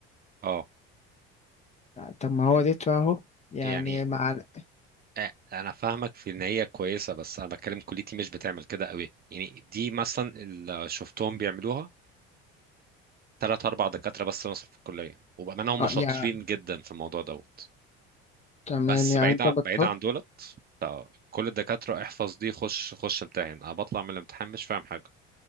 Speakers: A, on the right; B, on the left.
A: اه
B: يعني طب ما هو دي اهو يعني
A: يعني
B: مع ال-
A: آه، انا فاهمك في ان هي كويسه بس انا بتكلم كليتي مش بتعمل كده قوي يعني دي مثلا اللي شفتهم بيعملوها ثلاث اربع دكاتره بس مثلا في الكليه وبامانه هم
B: اه
A: شاطرين
B: يعني
A: جدا في الموضوع دوت
B: تمام
A: بس
B: يعني
A: بعيد
B: انت
A: ع-
B: بت...
A: بعيد عن دولت كل الدكاتره احفظ دي خش خش امتحن انا بطلع من الامتحان مش فاهم حاجه